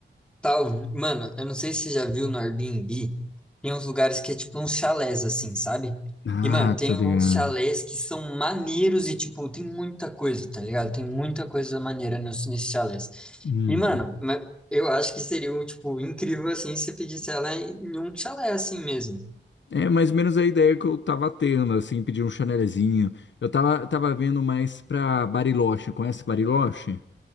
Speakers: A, in the centre; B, on the left.
A: Tal, mano, eu não sei se você já viu no Airbnb, tem uns lugares que é tipo uns chalés assim, sabe?
B: Ah,
A: E, mano, tem
B: tô ligado.
A: uns chalés que são maneiros e, tipo, tem muita coisa, tá ligado? Tem muita coisa maneira nos- nesses chalés.
B: Hum.
A: E, mano, ma- eu acho que seria, um, tipo, incrível, assim, se você pedisse ela em em um chalé assim mesmo.
B: É mais ou menos a ideia que eu tava tendo, assim, pedir um chanelzinho. Eu tava, tava vendo mais pra Bariloche. Conhece Bariloche?